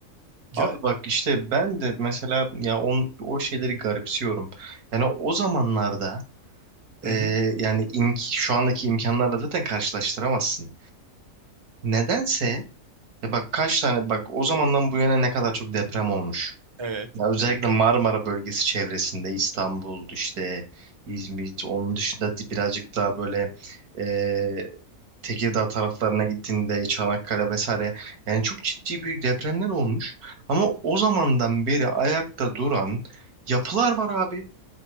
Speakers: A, on the right (about 25°); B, on the right (about 80°).
A: Ya
B: Abi bak işte ben de mesela ya on, o şeyleri garipsiyorum. Yani o zamanlarda
A: hı
B: e,
A: hı.
B: yani imk, şu andaki imkanlarla zaten karşılaştıramazsın. Nedense ya bak kaç tane bak o zamandan bu yana ne kadar çok deprem olmuş.
A: Evet,
B: Ya özellikle
A: evet,
B: Marmara
A: evet.
B: bölgesi çevresinde İstanbul, işte İzmir, onun dışında di- birazcık daha böyle e, Tekirdağ taraflarına gittiğinde Çanakkale vesaire yani çok ciddi büyük depremler olmuş. Ama o zamandan beri ayakta duran yapılar var abi.